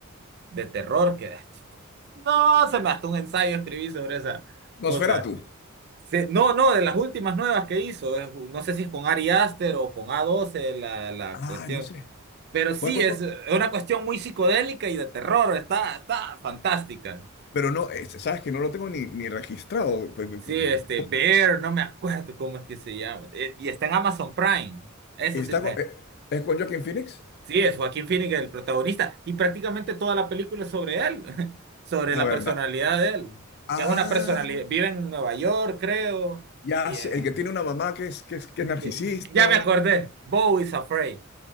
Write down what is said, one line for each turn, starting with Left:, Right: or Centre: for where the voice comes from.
Right: de terror que no, se me hasta un ensayo escribí sobre esa cosa.
Left: Nosferatu.
Right: Se- no, no, de las últimas nuevas que hizo, es- no sé si es con Ari Aster o con A12 la, la
Left: Ah,
Right: cuestión,
Left: no sé.
Right: pero sí,
Left: ¿Cuál, cuál,
Right: es,
Left: cuál?
Right: es una cuestión muy psicodélica y de terror, está, está fantástica.
Left: Pero no, es- sabes que no lo tengo ni, ni registrado. Pe- pe-
Right: Sí,
Left: pe-
Right: este, Bear, no me acuerdo cómo es que se llama. Eh, y está en Amazon Prime. Eso
Left: Está
Right: sí, ve.
Left: con- eh, ¿es con Joaquin Phoenix?
Right: sí, es Joaquín Phoenix el protagonista. Y prácticamente toda la película es sobre él, <laughs> sobre
Left: A
Right: la
Left: ver,
Right: personalidad
Left: da-
Right: de él.
Left: ah.
Right: Que es una personalidad, vive en Nueva York, creo.
Left: Ya
Right: y,
Left: sé,
Right: eh,
Left: el que tiene una mamá que es, que es, que es narcisista.
Right: sí, Ya me acordé, Bo is Afraid.